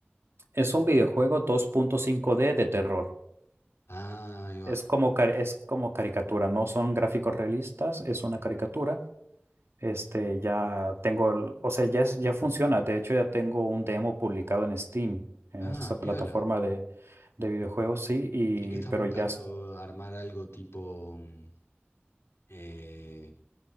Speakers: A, on the right; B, on the left.
A: Es un videojuego 2.5D de terror.
B: Ah, ahí va.
A: Es como, car- es como caricatura, no son gráficos realistas, es una caricatura. Este, ya tengo, el- o sea, ya, es- ya funciona. De hecho, ya tengo un demo publicado en Steam, en
B: Ah,
A: esta
B: piola.
A: plataforma de, de videojuegos, sí, y,
B: ¿Y qué estás
A: pero
B: buscando?
A: ya,
B: ¿Armar algo tipo mm, eh,